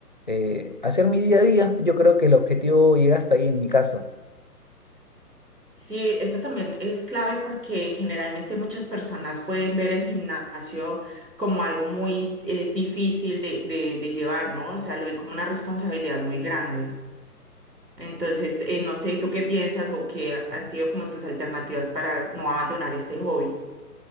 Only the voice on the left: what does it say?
eh, hacer mi día a día. Yo creo que el objetivo llega hasta ahí en mi caso.